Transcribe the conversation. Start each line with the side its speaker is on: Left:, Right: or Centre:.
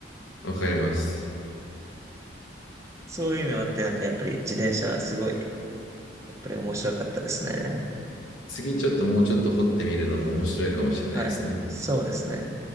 Left: わかります。
Right: そういう意味もあって、なんかやっぱり自転車すごい、やっぱり面白かったですね。
Left: 次、ちょっともうちょっと掘ってみるのも面白いかもしれないですね。
Right: はい。そうですね。